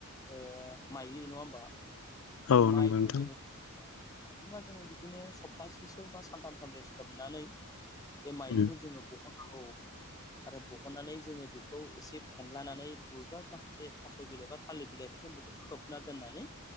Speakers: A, on the left; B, on the left.
A: ओ माइलि नङा होमबा
B: औ
A: बे माइखौ
B: नंगौ नोंथां
A: जोङो जेनेबा जोङो बिदिनो सप्तासेसो बा सानथाम सानब्रै सो सोबनानै बे माइलिखौ
B: उम
A: जोङो बहनांगौ आरो बहननानै जोङो बेखौ एसे फेनलानानै बबेबा माखासे थास' बिलाइ बा थालिर बिलाइ जों बेखौ खोबना दोननानै